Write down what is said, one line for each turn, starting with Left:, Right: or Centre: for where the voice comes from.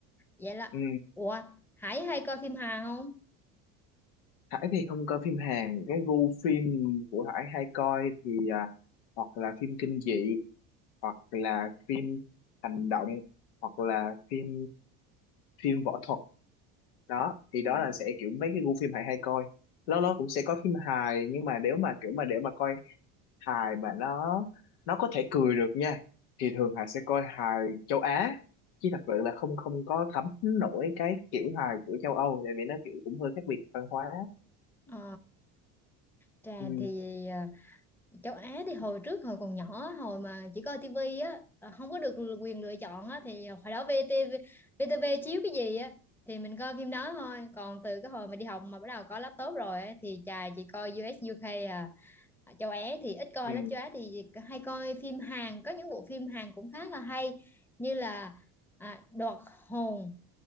Centre: vậy là
Left: Ừ.
Centre: ủa Hải hay coi phim Hàn không
Left: Hải thì không coi phim Hàn cái gu phim của Hải hay coi thì à, hoặc là phim kinh dị hoặc là phim hành động hoặc là phim phim võ thuật đó thì đó
Centre: Ồ.
Left: là sẽ kiểu mấy cái gu phim Hải hay coi lâu lâu cũng sẽ có phim hài nhưng mà nếu mà kiểu mà để mà coi hài mà nó nó có thể cười được nha thì thường Hà sẽ coi hài châu Á chứ thật sự là không không có thấm nổi cái kiểu hài của châu Âu tại vì nó kiểu cũng hơi khác biệt văn hóa
Centre: Ờ, trà
Left: ừ,
Centre: thì ờ, châu Á thì hồi trước hồi còn nhỏ hồi mà chỉ coi tivi á ờ, không có được quyền lựa chọn á thì hồi đó VTV VTV chiếu cái gì á thì mình coi phim đó thôi còn từ cái hồi mà đi học mà bắt đầu có laptop rồi á, thì chà chỉ coi US UK à châu Á thì ít coi
Left: ừ.
Centre: lắm châu Á thì hay coi phim Hàn có những bộ phim Hàn cũng khá là hay như là à, Đoạt hồn